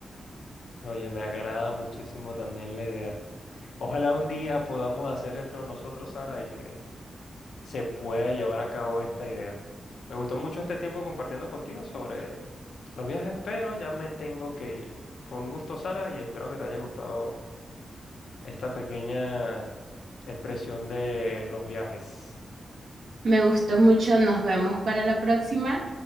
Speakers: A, on the left; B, on the right.
A: Oye, me agrada muchísimo también la idea. Ojalá un día podamos hacer esto nosotros, Sara, y que se pueda llevar a cabo esta idea. Me gustó mucho este tiempo compartiendo contigo sobre Los días espero, ya me tengo que ir. Fue un gusto, Sara, y espero que te haya gustado esta pequeña expresión de los viajes.
B: Me gustó mucho, nos vemos para la próxima.